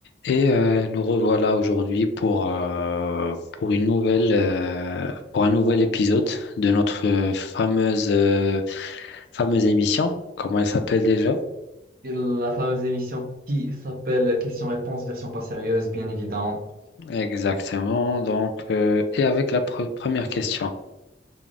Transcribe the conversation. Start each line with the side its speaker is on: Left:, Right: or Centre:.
Left: Et euh, nous revoilà aujourd'hui pour, euh, pour une nouvelle, euh, pour un nouvel épisode de notre euh, fameuse, euh, fameuse émission. Comment elle s'appelle déjà?
Right: La fameuse émission qui s'appelle Questions-réponses, version pas sérieuse, bien évidemment.
Left: Exactement. Donc, euh, et avec la pre- première question.